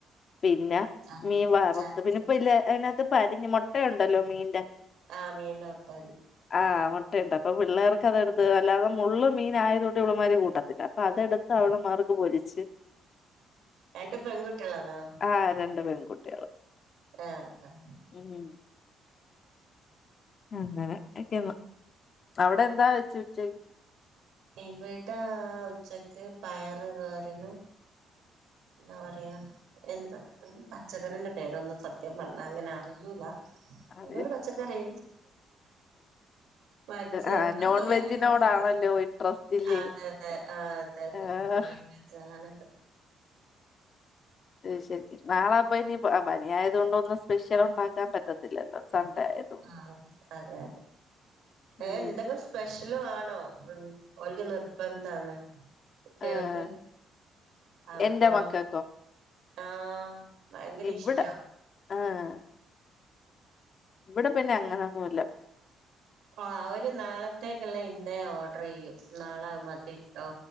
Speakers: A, on the left (about 45°); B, on the right (about 75°).
A: പിന്നെ
B: ചാക്ക്
A: മീൻ വറുത്ത്
B: ചാക്ക്
A: പിന്ന ഇപ്പ ല്ല് അതിനകത്ത് പരിഞ് മുട്ടുണ്ടല്ലോ മീന്റെ
B: ആഹ് മീന്റ <unintelligible>
A: ആഹ് മുട്ടയുണ്ട് അപ്പൊ പിള്ളേർക്ക് അത് എടുത്ത് അല്ലാതെ മുളള് മീൻ ആയതോണ്ട് ഇവളമാര് കൂട്ടാ തില്ല അപ്പൊ അതെടുത്ത് അവള്മാർക്ക് പൊരിച്ച്
B: രണ്ട് പെൺകുട്ടികളാണോ
A: ആഹ് രണ്ട് പെൺകുട്ടികള്
B: ആഹ് ആഹ്
A: ഉം അങ്ങനെക്ക ന്ന് അവിടെ എന്താ വെച്ച ഉച്ച
B: ഇവിടെ ഉച്ചക്ക് പയറ് തോരനും നവരയോ എന്താ <unintelligible> പച്ചകറിന്റെ പേരൊന്നും സത്യം പറഞ്ഞാ അങ്ങനെ അറിയൂല
A: അതെ
B: എന്തോരു പച്ചക്കറി പച്ച
A: ആഹ്
B: <unintelligible>
A: നോൺ
B: അങ്ങന
A: വെജിനോടാണല്ലോ ഇൻട്രസ്റ്റ് ഇല്ലേ
B: അതെ അതെ ആഹ് അതെ അതെ
A: ആഹ്
B: നോൺവേജണ്
A: ശെരി നാളെ അപ്പൊനി പനി ആയത് കൊണ്ട് ഒന്ന് സ്പെഷ്യൽ ഉണ്ടാക്കാൻ പറ്റത്തില്ലല്ലോ സൺഡേ ആയതും
B: ആഹ് അതെ അതെ
A: ഉം
B: ഏഹ് എന്തെങ്കിലും സ്പെഷ്യല് വാണോ ഉം ഓക്ക് നിർബന്ധാണ് കുട്ടികൾക്ക്
A: ആഹ്
B: അപ്പൊ
A: എന്റെ മക്കൾക്കോ
B: ആഹ് ഭയങ്കര
A: ഇവിടെ
B: ഇഷ്ടാ
A: ആഹ് ഇവിടെ പിന്നെ അങ്ങനൊന്നുല്ല
B: ആ അവര് നാളത്തേക്കുള്ള ഇന്നേ ഓർഡർ ചെയ്യും നാളെത് മതി ഓ